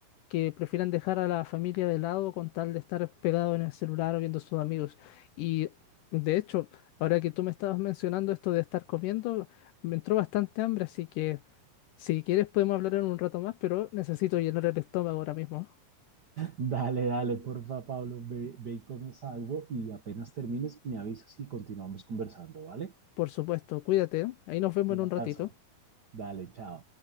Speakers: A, on the left (about 80°); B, on the right (about 50°).
A: que prefieran dejar a la familia de lado con tal de estar pegado en el celular o viendo a sus amigos. Y de hecho, ahora que tú me estabas mencionando esto de estar comiendo, me entró bastante hambre, así que si quieres podemos hablar en un rato más, pero necesito llenar el estómago ahora mismo.
B: Dale, dale, porfa, Pablo, ve, ve y comes algo y apenas termines, me avisas y continuamos conversando, ¿vale?
A: Por supuesto, cuídate. ¿eh? Ahí nos vemos en
B: Un
A: un
B: abrazo.
A: ratito.
B: Dale, chao.